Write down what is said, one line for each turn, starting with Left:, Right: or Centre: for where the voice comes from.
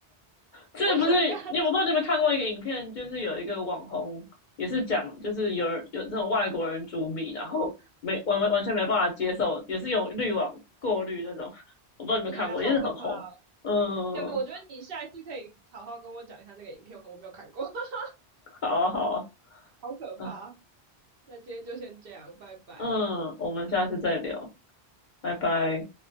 Left: 这不是你我不知道你有没有看过一个影片，
Right: 我想跟他，
Left: 就是有一个网红也是讲，就是有有这种外国人煮米，然后没完完完全没办法接受，也是用滤网过滤那种，我不知道你们看过，
Right: 我觉得那超可怕啊。
Left: 也是很红。嗯，
Right: 哎、欸我觉得你下一次可以好好跟我讲一下那个影片，我没有看过，<laughs>
Left: 好啊好啊
Right: 好可怕。
Left: 啊，
Right: 那今天就先这样，拜拜。
Left: 嗯，我们下次再聊，拜拜。